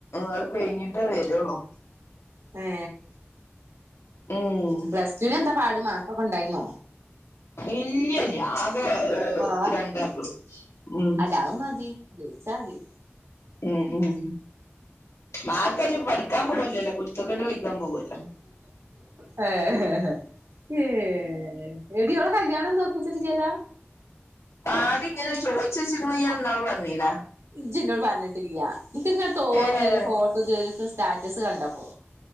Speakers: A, on the left (about 80°); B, on the right (about 80°).
A: അത് കഴിഞ്ഞിട്ടേ വെരുള്ളൂ
B: ഏ
A: ഉം
B: പ്ലസ് ടുവിന് എന്താ പാട് മാർക്കൊക്കെ ഒണ്ടായിന്നോ
A: ഇല്ലില്ല അ അത്
B: കൊറവാ
A: രണ്ടാക്കും ഉം
B: അല്ല അത് മതി ജയിച്ചാ മതി
A: ഉം ഉം മാർക്കല്ലേ പഠിക്കാൻ വിടൂലല്ലോ കുരുത്തക്കേട് കളിക്കാൻ പോവുല്ലോ
B: ഹേ ഹേ ഏഹ് എടീ അവള കല്യാണൊന്നും ഒറപ്പിച്ചട്ടില്ലല്ലോ
A: ആടി ഇങ്ങനെ ചോയിച്ച് വെച്ചിക്കണ ഈ ഇന്നാള് പറഞീലാ
B: ഇജ്ജെന്നോട് പറഞ്ഞിട്ടില്ല എനിക്കിങന തോന്നിയ
A: ഏഹ്
B: ഒരു ഫോട്ടോ ജോ സ്റ്റാറ്റസ് കണ്ടപ്പോ